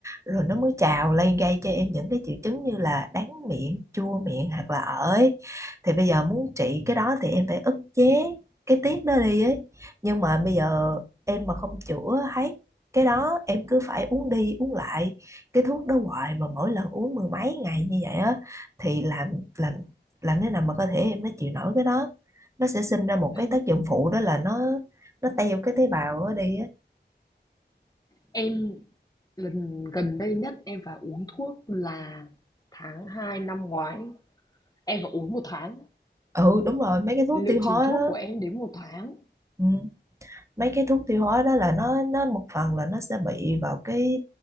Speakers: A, on the right; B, on the left.
A: rồi nó mới trào lên gây cho em những cái triệu chứng như là đắng miệng chua miệng hoặc là ởi thì bây giờ muốn trị cái đó thì em phải ức chế cái tiết đó đi ấy nhưng mà bây giờ em mà không chữa hết cái đó em cứ phải uống đi uống lại cái thuốc đó hoài mà mỗi lần uống mười mấy ngày như vậy á thì làm làm làm thế nào mà cơ thể em nó chịu nổi cái đó nó sẽ sinh ra một
B: Ấy,
A: cái tác dụng phụ đó là nó nó teo cái tế bào đó đi á
B: em lần gần đây nhất em phải uống thuốc là tháng 2 năm ngoái, em phải uống một tháng,
A: ừ đúng rồi mấy cái thuốc
B: liệu
A: tiêu
B: trình
A: hóa
B: thuốc
A: đó
B: của em đến một tháng.
A: ừ. mấy cái thuốc tiêu hóa đó là nó nó một phần là nó sẽ bị vào cái